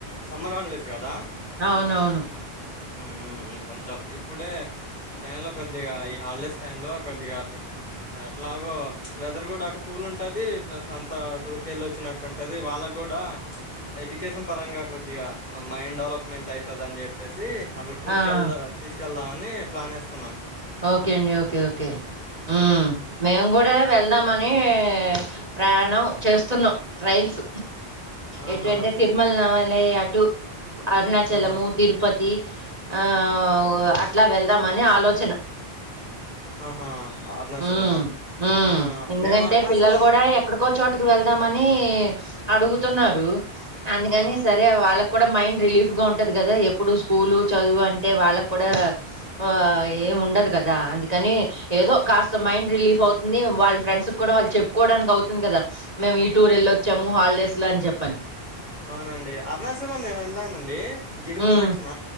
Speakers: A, on the left; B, on the right.
A: సమ్మర్ హాలిడేస్ గదా
B: అవునవును
A: మ్మ్ మ్మ్ కొంచెం ఇప్పుడే ఈ టైం లో కొద్దిగా ఈ హాలిడేస్ టైం లో కొద్దిగా అటు అట్ల అగో వెదర్ గూడా అటు కూల్ ఉంటది ప్లస్ అంత టూర్ కెళ్ళి వచ్చినట్టు ఉంటది వాళ్ళకి గూడా ఎడ్యుకేషన్ పరంగా కొద్దిగా మైండ్ డెవలప్ మెంట్ అయితది అని చెప్పేసి అట్ల టూర్
B: ఆ
A: కెళ్ తీసుకెళ్దామని ప్లాన్ యెస్తు
B: ఓకే అండి ఓకే ఓకే హ్మ్ మేము గూడా వెళ్దామని అని ప్రయాణం చేస్తున్నాం ట్రైల్స్
A: ఆహా
B: ఎటు అంటే తిరుమల నవాల అటు అరుణాచలము
A: ఆహా
B: తిరుపతి ఆ అట్లా వెళ్దామని ఆలోచన
A: ఆహా అరుణాచలమా
B: మ్మ్ మ్మ్
A: ఆ
B: ఎందుకంటే
A: మేము అరుణాచలం
B: పిల్లలు కూడా ఎక్కడికో చోటుకి వెళ్దాం మని అడుగుతున్నారు అందుకని
A: ఆహా
B: సరే వాళ్ళ మైండ్ రిలీఫ్ గా ఉంటది కదా ఎప్పుడు స్కూల్ చదువు అంటే వాళ్ళకు కూడా ఆ ఏం ఉండదు కదా అందుకని ఏదో కాస్త మైండ్ రిలీఫ్ అవుతుంది వాళ్ళ ఫ్రెండ్స్ కు కూడా వాళ్ళు చెప్పుకోవడానికి అవుతుంది కదా మేము ఈ టూర్ వెళ్ళొచ్చాము హాలిడేస్ లో అని చెప్పని
A: అవునండి అరుణాచలం నేను ఎలానండి గిరి
B: హ్మ్.
A: ప్రదక్షిణ